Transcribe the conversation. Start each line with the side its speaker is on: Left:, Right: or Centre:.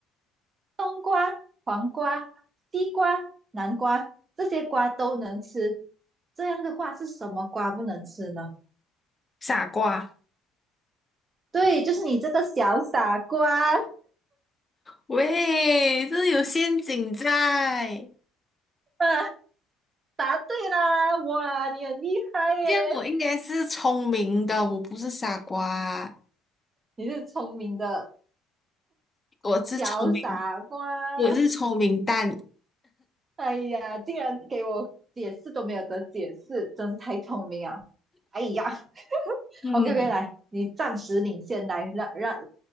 Right: 冬瓜、黄瓜、西瓜、南瓜，这些瓜都能吃，这样的话是什么瓜不能吃呢？
Left: 傻瓜，
Right: 对，就是你这个小傻瓜。<laughs>
Left: 喂，这有陷阱在。
Right: 啊，答对啦！哇，你很厉害耶，
Left: 这样我应该是聪明的，我不是傻瓜，
Right: 你是聪明的
Left: 我是聪明，
Right: 小傻瓜。
Left: 我是聪明蛋。
Right: 哎呀，竟然给我解释都没有得解释，真是太聪明啊！哎呀
Left: 嗯
Right: ，OK OK，来，你暂时领先，来让让